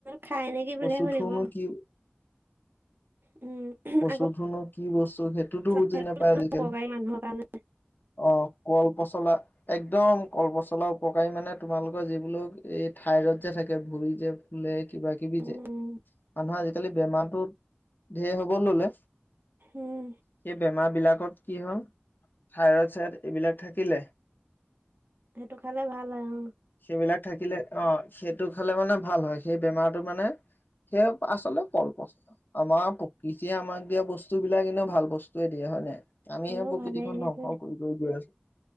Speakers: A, on the right (about 60°); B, on the left (about 55°).
A: খাই নেকি বুলিহে
B: কচু
A: সুধিব
B: থোৰনো কি
A: উম
B: কচু
A: আকৌ
B: থোৰনো কি বস্তু সেইটোতো বুজি
A: সেইটো
B: নাপায় আজিকালি
A: উপকাৰী মানুহৰ কাৰণে।
B: অ কল পচলা একদম কলপচলা উপকাৰী মানে তোমালোকৰ যি বিলাক এই থঠাইৰড যে থাকে ভৰি যে কিবা কিবি
A: উম।
B: যে মানুহৰ আজিকালি বেমাৰতটো ধেৰ হব ললে
A: উম
B: সেই বেমাৰ বিলাক কি হ'ল থাইৰইড চাইডত এইবিলাক থাকিলে।
A: সেইটো খালে ভাল হয় অ
B: সেইবিলাক থাকিলে অ সেইটো খালে মানে ভাল হয় সেই বেমাৰ টো মানে সেই আচলতে কল পচলা আমাৰ প্ৰকৃতিয়ে আমাক দিয়া বস্তু বিলাক এনে ভাল বস্তুৱয়ে দিয়ে হয় নে আমিহে
A: এনেও
B: প্ৰকৃতিখনন
A: ভালেই সেইটোৱে
B: ধ্বংস কৰি গৈ গৈ আছো।